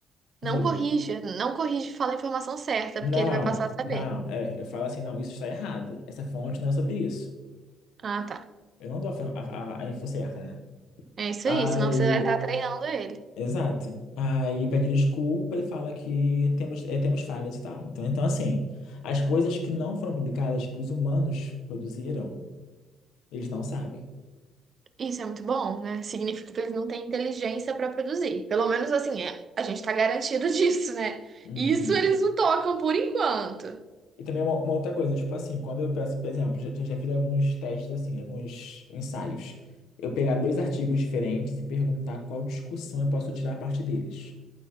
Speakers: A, on the left; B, on the right.
A: diga,
B: não corrija, não corrige e fala a informação certa,
A: não,
B: porque ele vai passar a saber.
A: não, é, eu falo assim, não, isso está errado. Essa fonte não é sobre isso.
B: Ah, tá.
A: Eu não dou a, a, a a info certa, né?
B: É isso
A: Aí,
B: aí, senão você vai estar treinando ele.
A: exato. Aí pede desculpa e fala que temos, eh, temos falhas e tal. Então, então, assim, as coisas que não foram publicadas, que os humanos produziram, eles não sabem.
B: Isso é muito bom, né? Significa que ele não tem inteligência para produzir. Pelo menos assim, é, a gente tá garantido <laughs> disso, né?
A: Uhum.
B: Isso eles não tocam por enquanto.
A: E também uma, uma outra coisa, tipo assim, quando eu peço, por exemplo, já, já já fiz alguns testes, assim, alguns ensaios. Eu pegar dois artigos diferentes e perguntar qual discussão eu posso tirar a partir deles.